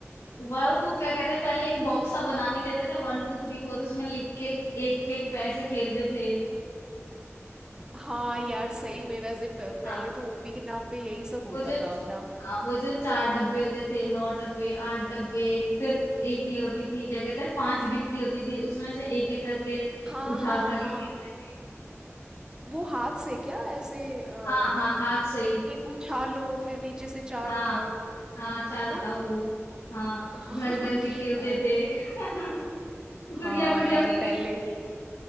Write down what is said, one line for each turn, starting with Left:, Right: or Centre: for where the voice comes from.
Left: वह वो क्या कहते हैं पहले एक बॉक्स सा बनाने देते थे वन टू थ्री फोर उसमें लिख के एक एक पैर से खेलते थे
Right: हाँ यार सही में वैसे प-
Left: हाँ
Right: पहले तो ओबी के नाम पे यही सब होता
Left: वो जो
Right: था अपना
Left: हाँ वो जो चार डब्बे होते थे नौ डब्बे आठ डब्बे फिर एक ये होती थी क्या कहते हैं पांच गिट्टी होती थी उसमें से एक एक करके
Right: हाँ
Left: उठा
Right: हाँ
Left: उठा
Right: हाँ
Left: के खेलते थे
Right: वो हाथ से क्या ऐसे अ,
Left: हाँ हाँ हाथ से
Right: एक उछालो फिर नीचे से चार
Left: हाँ
Right: उठाओ
Left: हाँ चार
Right: है ना
Left: उठाओ वो हाँ
Right: <laughs>
Left: घर घर भी खेलते
Right: और
Left: थे <laughs>
Right: हाँ
Left: गुड़िया गुड़िया
Right: यार
Left: भी खेलते
Right: पहले
Left: थे